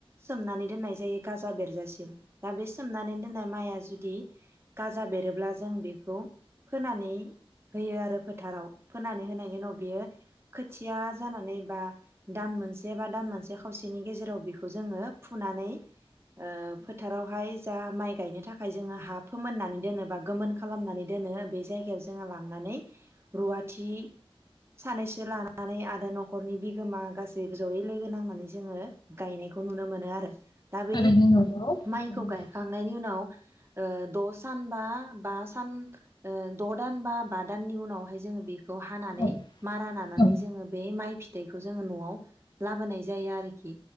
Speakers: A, on the right (about 25°); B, on the left (about 50°).
A: सोमनानै दोननाय जायो गाजा बेरजासिम दा बेस सोमनानै दोननाय माइया जुदि गाजा बेरोब्ला जों बेखौ फोनानै होयो आरो फोथाराव फोनानै होनायनि उनाव बेयो खोथिया जानानै बा दान मोनसे बा दान मोनसे खावसेनि गेजेराव बेखौ जोङो फुनानै ओ फोथारावहाय ज जा माइ गायनो थाखाय जोङो हा फोमोननानै दोनो बा गोमोन खालामनानै दोनो बे जायगायाव जोङो लांनानै रुवाथि स सानैसो लानानै आरो न'ख खरनि बिगोमा गास सिबो जयै लोगो नांनानै जोङो गायनायखौ नुनो मोनो आरो दा बे
B: थारैनो नंगौ औ
A: माइखौ गायखांनायनि उनाव ओ द सान बा बा स सान ओ द दान बा दाननि उनावहाय जोङो बेख खौ हानानै
B: औ
A: मारा नानानै
B: औ
A: जोङो बे माइ फिथाइखौ जोंङो न'आव लाबोनाय जायो आरोखि